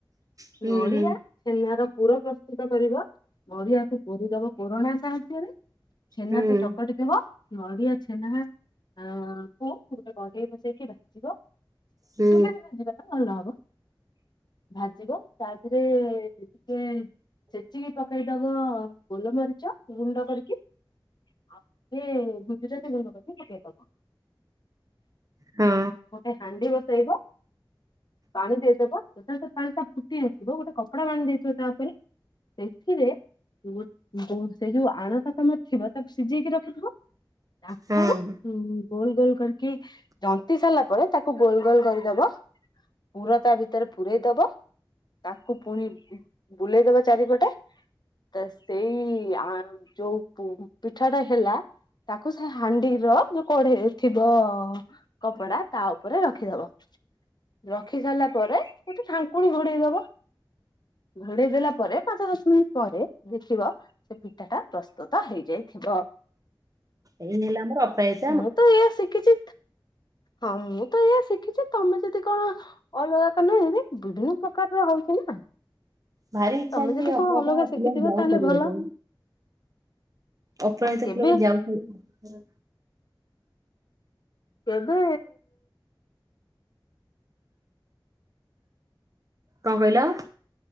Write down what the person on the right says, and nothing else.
ହୁଁ
ହୁଁ
ହୁଁ
ହୁଁ
ହଁ।
ହଁ।
ଏଇ ହେଲା ଆମର ଅପେଜ
ଭାରି ଇଚ୍ଛା
ଅଛି ଟିକେ
ଅପରାଜିତା
ଫୁଲରେ
ଯାଉ
କରିବା
ପାଇଁ। ଅପରାଜିତା
ଫୁଲରେ ଯାଉ ଫାଉ।
କଣ କହିଲ?